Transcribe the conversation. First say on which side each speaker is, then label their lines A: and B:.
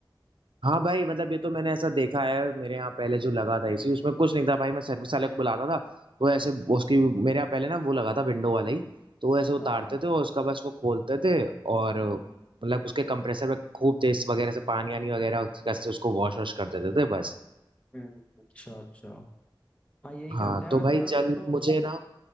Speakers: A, on the right (about 75°); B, on the left (about 15°).
A: हाँ भाई मतलब ये तो मैंने ऐसा देखा है मेरे यहाँ पहले जो लगा था इसी उसमें कुछ नहीं था भाई मैं सर्विस वाले को बुलाता था वो ऐसे वो उसकी मेरे यहाँ पहले ना वो लगा था विंडो वाला ही तो वो ऐसे उतारते
B: हाँ हाँ
A: थे और उसका बस वो खोलते थे और मतलब उसके कंप्रेसर में खूब तेज वगैरह से पानी आनी वगैरह से उसको वॉश वॉश कर देते थे बस
B: हम्म, अच्छा अच्छा हाँ यही
A: हाँ
B: करते हैं
A: तो
B: वैसे
A: भाई
B: ज्यादातर
A: चल
B: तो
A: मुझे ना